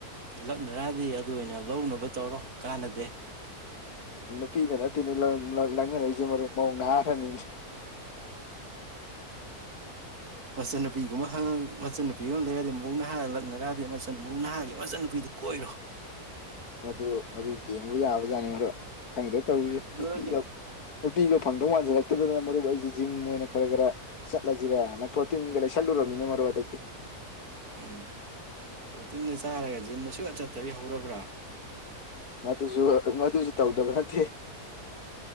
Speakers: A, on the right; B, on the left.
A: ꯂꯛꯅꯔꯗꯤ ꯑꯗꯨ ꯑꯣꯏꯅ ꯂꯧꯅꯕ ꯇꯧꯔꯣ ꯀꯥꯟꯅꯗꯦ
B: ꯏ ꯄꯤꯒ ꯅ ꯊꯅꯤꯂ ꯂ ꯂꯥꯡꯅꯔꯖ ꯃꯔꯔꯕꯅ ꯍꯥꯏꯔꯅꯤ
A: ꯃꯆꯟꯅꯨꯄꯤꯒꯨꯝꯕꯉ ꯃꯆꯟꯅꯨꯄꯤꯒ ꯂꯩꯔꯗꯤ ꯃꯨꯛ ꯅꯍꯥꯒ ꯂꯛꯅꯔꯗꯤ ꯃꯆ ꯃꯨꯛ ꯅꯍꯥꯒꯤ ꯃꯆꯟꯅꯨꯄꯤꯗꯨ ꯀꯣꯏꯔꯣ
B: ꯑꯗꯨ ꯃꯗꯨ ꯌꯦꯡꯕ ꯌꯥꯕꯖꯥꯠꯅꯤ ꯃ꯭ꯔꯣ ꯈꯪꯗꯦ ꯇꯧꯔꯤꯁꯦ
A: ꯑꯗꯨꯔꯗꯤ
B: ꯅꯨꯄꯤꯒ ꯅꯨꯄꯤꯒ ꯐꯪꯗꯧ ꯃꯥꯟꯁꯤꯜꯂ ꯗꯅ ꯃꯔꯨꯞ ꯑꯩꯁꯤꯦ ꯖꯤꯝ ꯑꯣꯏꯅ ꯈꯔ ꯈꯔ ꯆꯠꯂꯁꯤꯔꯦ ꯍꯥꯏꯅ ꯄ꯭ꯔꯣꯇꯤꯟꯒ ꯂꯩꯁꯜꯂꯨꯔꯕꯅꯤꯅ ꯃꯔꯨꯞ ꯍꯟꯗꯛꯇꯤ
A: ꯎꯝ ꯄ꯭ꯔꯣꯇꯤꯟꯗ ꯆꯥꯔꯒ ꯖꯤꯟ ꯑ ꯁꯨꯌꯥ ꯆꯠꯇꯕꯤ ꯍꯧꯔꯕ꯭ꯔꯥ
B: ꯃꯗꯨꯁꯨ ꯃꯗꯨꯁꯨ ꯇꯧꯗꯕ ꯅꯠꯇꯦ